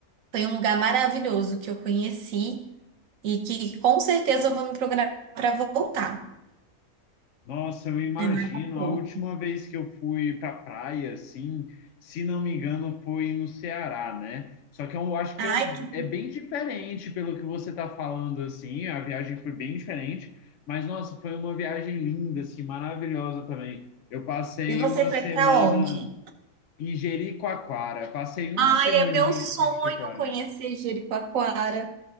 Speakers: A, on the right; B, on the left.
A: Foi um lugar maravilhoso que eu conheci e que com certeza eu vou me programar para voltar.
B: Nossa, eu imagino.
A: É maravilhoso.
B: A última vez que eu fui para praia, assim, se não me engano, foi no Ceará, né? Só que eu acho
A: Ai,
B: que é, um-
A: que...
B: é bem diferente pelo que você está falando, assim. A viagem foi bem diferente, mas nossa, foi uma viagem linda, assim, maravilhosa também. Eu passei
A: E você
B: uma
A: foi
B: semana
A: para onde?
B: em Jericoacoara, passei uma
A: Ai,
B: semaninha
A: é meu sonho
B: em Jericoacoara.
A: conhecer Jericoacoara.